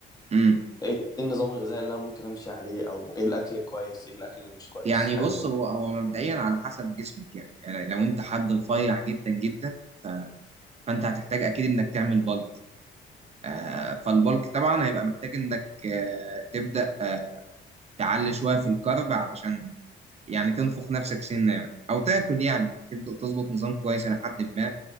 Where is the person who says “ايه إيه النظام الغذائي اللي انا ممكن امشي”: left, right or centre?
Left